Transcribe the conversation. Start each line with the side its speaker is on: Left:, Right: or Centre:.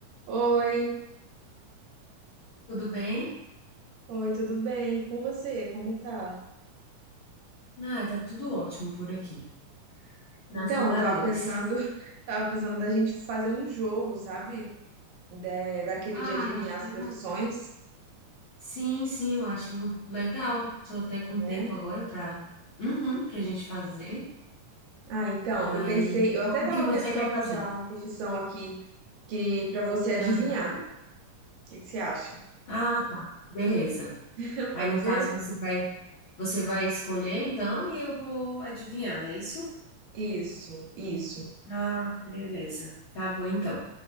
Right: Oi,
Left: Tudo bem?
Right: oi, tudo bem? E com você? Como tá?
Left: Ah, tá tudo ótimo por aqui. Graças
Right: Então, eu
Left: a
Right: tava
Left: Deus.
Right: pensando, <laughs> tava pensando da gente fazer um jogo, sabe? Da- daquele
Left: Ah,
Right: de adivinhar
Left: eu acho
Right: as
Left: legal.
Right: profissões,
Left: Sim, sim, eu acho legal. Tô até com
Right: né?
Left: tempo agora para uhum, para gente fazer.
Right: Ah, então,
Left: Aí,
Right: eu pensei, eu até
Left: como
Right: tava
Left: que você
Right: pensando
Left: quer fazer?
Right: já uma profissão aqui que para você adivinhar.
Left: Aham.
Right: O que que você acha?
Left: Ah, tá. Beleza.
Right: <laughs>
Left: Aí,
Right: Pode
Left: no
Right: ser?
Left: caso, você vai você vai escolher então e eu vou adivinhar, não é isso?
Right: Isso, isso.
Left: Ah, beleza. Tá bom então.